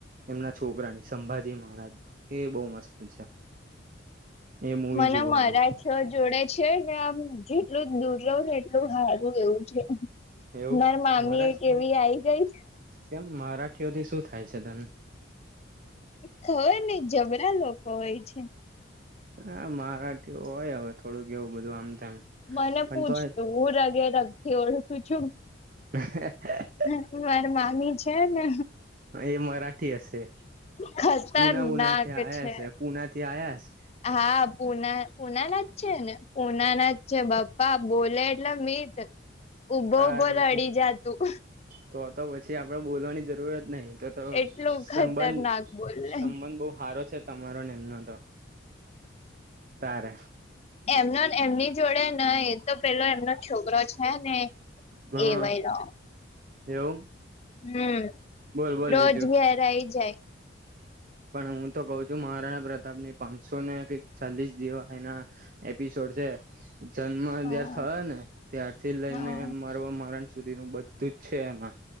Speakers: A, on the right; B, on the left.
A: એમના છોકરાની સંભાજી મહારાજની એ બહુ મસ્ત છે એ મૂવી
B: મને
A: જોવાની
B: મરાઠા જોડે છે ને આમ જેટલું દૂર રહું ને એટલું સારું એવું છે.
A: એવું
B: મારા મામી
A: મરાઠી
B: એક એવી આઈ ગઈ
A: કેમ મરાઠીઓથી શું થાય છે તને
B: ખબર ને જબરા લોકો હોય છે
A: હા મારાઠી હોય હવે થોડુંક એવું બધું આમ તેમ
B: મને
A: પણ
B: પૂછતું
A: તોય
B: હું રગે રગથી ઓળખું છું.
A: <unintelligible>
B: હ માર મામી છે ને
A: એ મરાઠી હશે
B: ખતરનાક
A: પુના બુના થી આવયા
B: છે.
A: હશે પુના થી આવયા હશે.
B: હા પુના પુનાના જ છે ને પુનાના જ છે બાપા બોલે એટલે મીઠ ઉભો
A: તાર
B: ઉભો
A: પછી
B: રડી જા તું
A: તો તો પછી આપડે બોલવાની જરૂરત નહી તો તો
B: એટલું
A: સંબંધ
B: ખતરનાક બોલે
A: સંબંધ બહું સારો છે તમારોને એમનો તો તારે
B: એમનો એમની જોડે નહી તો પેલો એમનો છોકરો છે ને
A: હા
B: એવાય રોંગ
A: એવું
B: હમ્મ
A: બોલ બોલ
B: રોજ
A: બીજું
B: ઘેર આઈ જાય
A: પણ હું તો કઉ છું મહારાણા પ્રતાપ ની પાંચસો ને ચાલીસ જેવા એના એપિસોડ છે જન્મ
B: હા
A: જયારે થયો ને ત્યારથી લઈને
B: હા
A: મારવા મરણ સુધી નું બધ તું જ છે એમાં